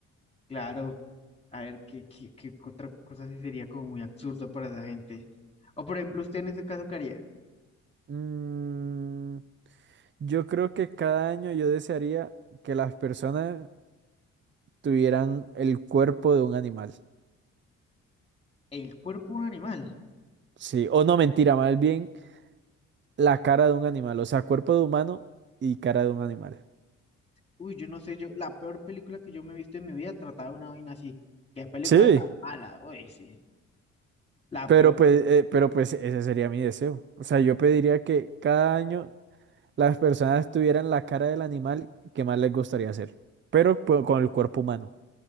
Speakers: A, on the left (about 20°); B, on the right (about 40°).
A: claro, a ver, ¿qué, qué, qué otra cosa sí sería como muy absurda para esa gente? O por ejemplo, usted en ese caso, ¿qué haría?
B: Mm, Yo creo que cada año yo desearía que las personas tuvieran el cuerpo de un animal.
A: El cuerpo de un animal.
B: Sí, o no mentira, más bien la cara de un animal, o sea, cuerpo de humano y cara de un animal.
A: Uy, yo no sé, yo, la peor película que yo me he visto en mi vida trataba de una vaina así. ¿Qué película
B: Sí,
A: tan mala? Uy, sí, la
B: pero
A: peor.
B: pues, eh, pero pues ese sería mi deseo. O sea, yo pediría que cada año las personas tuvieran la cara del animal que más les gustaría hacer, pero pues, con el cuerpo humano.